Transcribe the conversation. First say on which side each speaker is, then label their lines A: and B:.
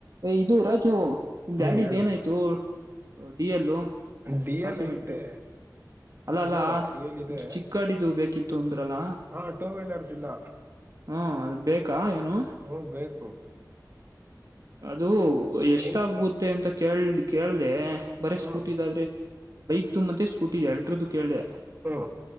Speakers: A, on the right (about 55°); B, on the right (about 30°).
A: ಏ ಇದು ರಾಜು ನಿಮ್
B: ಹ್ಮ್
A: ಡ್ಯಾಡೀದ್
B: ಹೇಳು
A: ಏನಾಯ್ತು? D L
B: D
A: document.
B: L ಐತೆ
A: ಅಲ್ಲ
B: ಇದೆ
A: ಅಲ್ಲ
B: ಡಿ ಎಲ್ ಇದೆ
A: ಇದು ಚಿಕ್ಕಾಡಿದು ಬೇಕಿತ್ತು ಅಂದ್ರಲ್ಲ.
B: ಹಾ ಟೂ ವೀಲರ್ದಿಲ್ಲ
A: ಹ್ಮ ಅದು ಬೇಕಾ ಏನು
B: ಹೂ ಬೇಕು.
A: ಅದು ಎಷ್ಟಾಗುತ್ತೆ
B: ಹೆಂಗ್
A: ಅಂತ ಕೇಳ ಕೇಳ್ದ ಬರ
B: ಹ್ಮ
A: ಸ್ಕೂಟಿದಾದ್ರೆ. ಬೈಕ್ದು ಇದೆ ಮತ್ತೆ ಸ್ಕೂಟೀದು ಎರಡ್ರದ್ದು ಕೇಳ್ದೆ
B: ಹ್ಮ